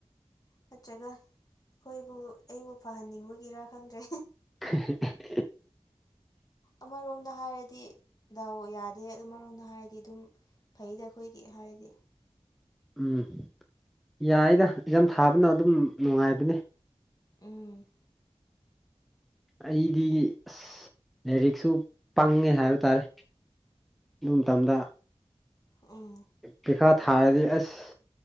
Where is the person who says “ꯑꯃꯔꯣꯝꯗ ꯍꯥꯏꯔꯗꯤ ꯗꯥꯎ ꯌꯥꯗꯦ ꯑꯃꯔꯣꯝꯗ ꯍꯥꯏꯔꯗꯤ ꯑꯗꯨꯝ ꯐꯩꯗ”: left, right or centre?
Left